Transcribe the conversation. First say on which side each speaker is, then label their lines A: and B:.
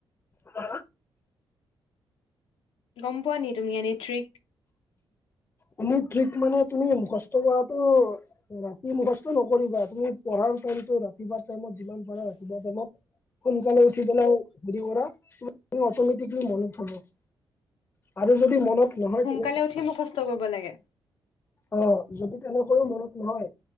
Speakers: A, on the left (about 25°); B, on the left (about 80°).
A: হা
B: গম পোৱা নি তুমি এনেই থ্ৰিক
A: তুমি থ্ৰীক মানে তুমি মুখস্থ কৰাতো উ মী মুখস্থ নকৰিবা তুমি পঢ়াৰ টাইমতটো ৰাতিপুৱা টাইমত যিমান পাৰা ৰাতিপুৱা টাইমত সোনকালে উঠি পেলাই হেৰি কৰা তুমি অটমেটিকলি মনত হব আৰু যদি মনত নহয় তেনে
B: কালে উঠি মুখস্ত কৰিব লাগে
A: অ যদি তেনেকৈও মনত নহয়